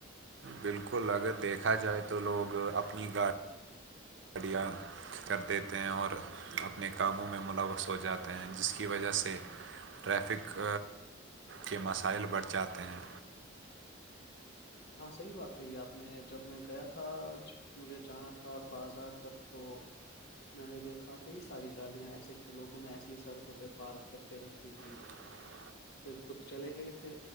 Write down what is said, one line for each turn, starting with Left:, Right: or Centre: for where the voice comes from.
Right: بالکل اگر دیکھا جائے تو لوگ اپنی گاڑی گاڑیاں کر دیتے ہیں اور اپنے کاموں میں ملوث ہو جاتے ہیں جس کی وجہ سے ٹریفک کے مسائل بڑھ جاتے ہیں
Left: ہاں صحیح بات کہی آپ نے جب میں گیا تھا آج مجھے جانا تھا بازار تک تو میں نے دیکھا کئی ساری گاڑیاں ایسی تھی لوگوں نے ایسی ہی سڑکوں پہ پارک کر کے رکھی تھی
Right: <unintelligible>
Left: پھر خود چلے گئے تھے